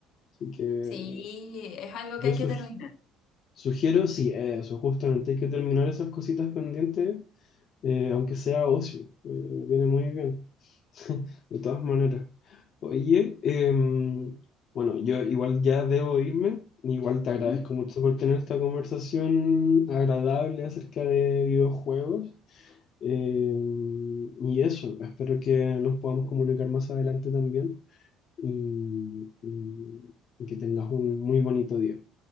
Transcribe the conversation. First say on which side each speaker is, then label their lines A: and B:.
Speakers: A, on the left; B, on the left.
A: Así que
B: sí, es algo
A: yo
B: que hay
A: sugi-
B: que terminar.
A: sugiero, sí, eso, justamente hay que terminar esas cositas pendientes eh, aunque sea ocio, eh, viene muy bien, <laughs> de todas maneras. Oye, em, bueno, yo igual ya debo irme, igual te agradezco
B: Ujú.
A: mucho por tener esta conversación agradable acerca de videojuegos. em, y eso, espero que nos podamos comunicar más adelante también y, y y que tengas un muy bonito día.